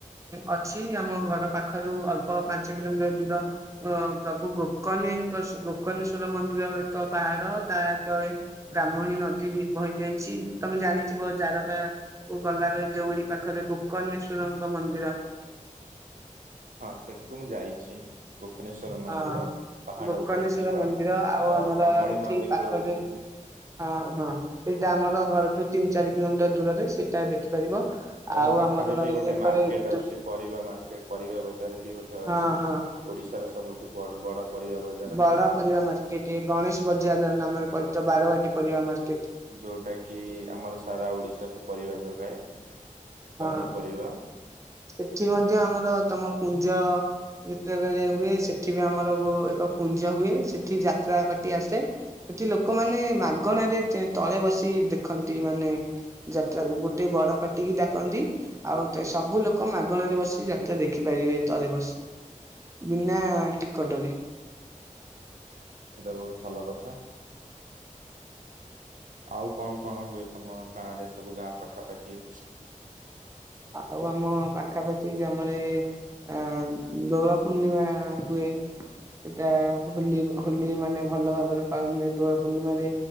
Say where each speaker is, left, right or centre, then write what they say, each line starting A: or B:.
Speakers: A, on the right (about 20°); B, on the right (about 80°).
A: ଅଛି ଆମ ଘର ପାଖରୁ ଅଳ୍ପ ପାଞ୍ଚ କିଲୋମିଟର୍ ଦୂର ଅ ସବୁ ଗୋକନୀଙ୍କ ଗୋକନେଶ୍ଵର ମନ୍ଦିର ଏକ ପାହାଡ଼ ତାତଳେ ବ୍ରାହ୍ମଣୀ ନଦୀବି ବହି ଯାଇଚି ତମେ ଜାଣିଥିବ ଜାରକା ଓ ଗଲାବେଳେ ଧଉଳି ପାଖରେ ଗୋକଣେଶ୍ଵରଙ୍କ ମନ୍ଦିର
B: ହଁ ସେଠାକୁ ମୁଁ ଯାଇଛି। ଗୁଖନେଶ୍୍ୱଵର ମନ୍ଦିର
A: ହଁ
B: ପାହାଡ଼
A: ଗୋକର୍ଣ୍ଣେଶ୍ଵର
B: ଉପରେ ଥିବା
A: ମନ୍ଦିର ଆଉ
B: ଅ
A: ଆମର
B: ବ୍ରାହ୍ମଣୀ
A: ଏଠି
B: ନଦୀ
A: ପାଖରେ
B: କୂଳରେ ଥିବ
A: ହଁ ହଁ ସେଇଟା ଆମର ଘରଠୁ ତିନି ଚାରି କିଲୋମିଟର୍ ଦୂରରେ ସେଇଟା ଦେଖିପାରିବ
B: ତମ
A: ଆଉ
B: ପାଖରେବି
A: ଆମର ରହିଲେ
B: ଗୋଟେ
A: ଏକରେ
B: ମାର୍କେଟ
A: ଦୁ
B: ଅଛି ପରିବା ମାର୍କେଟ ପରିବା ବଜାରବି ଗୋଟେ ଅଛି
A: ହଁ ହଁ
B: ଓଡ଼ିଶାର ସବୁଠୁ ବଡ଼ ପରିବା ବ
A: ବଡ଼ ପରିବା ମାର୍କେଟ ଏ ଗଣେଶ ବଜାର ନାମରେ ପରି ବାରବାଟୀ ପରିବା ମାର୍କେଟ।
B: ଯୋଉଟାକି ଆମର ସାରା ଓଡ଼ିଶାକୁ ପରିବା ଯୋଗାଏ
A: ହଁ
B: ପନିପରିବା।
A: ସେଠି ମଧ୍ୟ ଆମର ତମ ପୁଞ୍ଜ ଯେତେବେଳେ ହୁଏ ସେଠିବି ଆମର ଏକ କୁଞ୍ଜ ହୁଏ ସେଠି ଯାତ୍ରା କତି ଆସେ ଏଠି ଲୋକମାନେ ମାଗଣାରେ ତଳେ ବସି ଦେଖନ୍ତି ମାନେ ଯାତ୍ରାକୁ ଗୋଟେ ବଡ଼ ପାଟିିକି ଡକନ୍ତି ଆଉ ସବୁ ଲୋକ ଲୋକ ମାଗଣାରେ ବସି ଯାତ୍ରା ଦେଖିପାରିବେ ତଳେ ବସି ବିନା ଟିକଟରେ।
B: ଏଇଟା ବହୁତ୍ ଭଲ କଥା। ଆଉ କଣ କଣ ହୁଏ ତମ ଗାଁରେ ସବୁ ଗାଁ ପାଖାପାଖି?
A: ଆଉ ଆମ ପାଖାପାଖି ଆମରେ ଅ ଦୋଳ ପୂର୍ଣ୍ଣିମା ହୁଏ ସେଟା ହୋଲି ହୋଲି ମାନେ ଭଲ ଭାବରେ ପାଳନ ହୁଏ ଦୋଳ ପୂର୍ଣ୍ଣିମାରେ